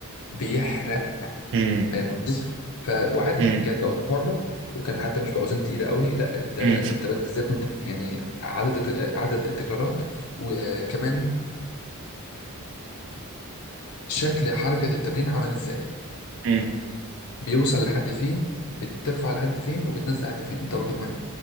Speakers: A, on the left; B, on the right.
A: بيحرق
B: امم
A: فاهم قصدي؟ ف... وعادي
B: امم
A: كانت باوزان حره وكان حتى مش باوزان تقيله قوي لا ده
B: امم
A: انت بس ازاي كنت بت- يعني عدد الت- عدد التكرارات وكمان شكل حركة التمرين عامل ازاي
B: امم
A: بيوصل لحد فين بترفع لحد فين وبتنزل لحد فين ده برضو مهم